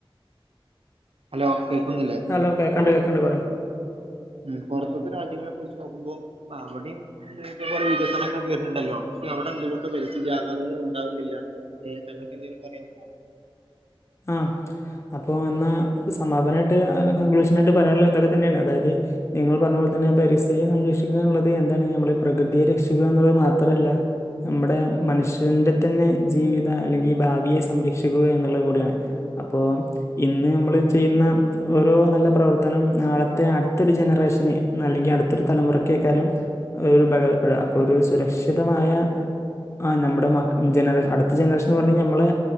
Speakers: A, on the right; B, on the left.
A: ഹലോ കേൾക്കുന്നില്ലേ
B: ഹലോ കേക്കണ്ട് കേക്കണ്ട് പറയ്
A: ഉം പൊറത്തൊക്കെ രാജ്യങ്ങളെ കുറിച്ച് നോക്കുമ്പോ അവിടെയും ഇതേപോലെ വികസനൊക്കെ കേട്ടിട്ടുണ്ടല്ലോ പക്ഷെ അവിടെ എന്തുകൊണ്ട് പരിസ്ഥിതി ആഘാതങ്ങൾ ഉണ്ടാവുന്നില്ല ഏ തങ്ങൾക്ക് എന്തെങ്കിലും പറയാനുണ്ടോ
B: ആഹ് അപ്പൊ എന്നാ സമാപനായിട്ട് അങ്ങനെ കൺക്ലൂഷനായിട്ട് പറയാനുള്ള ഇതൊക്കെ തന്നെയാണ് അതായത് നിങ്ങള് പറഞ്ഞപോലെ തന്നെ പരിസ്ഥിതിയെ സംരക്ഷിക്കുകാനുള്ളത് എന്താണ് നമ്മൾ ഈ പ്രകൃതിയെ രക്ഷിക്കുക എന്നുള്ളത് മാത്രല്ല നമ്മുടെ മനുഷ്യന്റെ തന്നെ ജീവിത അല്ലെങ്കി ഭാവിയെ സംരക്ഷിക്കുക എന്നുള്ളത് കൂടിയാണ് അപ്പോ ഇന്ന് നമ്മള് ചെയ്യുന്ന ഓരോ നല്ല പ്രവർത്തനം നാളത്തെ അടുത്തൊരു ജനറേഷന് നല്ലെങ്കി അടുത്തൊരു തലമുറക്കേക്കാനും ഒരു ബെല ബെല അപ്പൊ ഒരു സുരക്ഷിതമായ ആ നമ്മുടെ മക് ജനറേഷൻ അടുത്ത ജനറേഷൻന്ന് പറഞ്ഞ നമ്മള്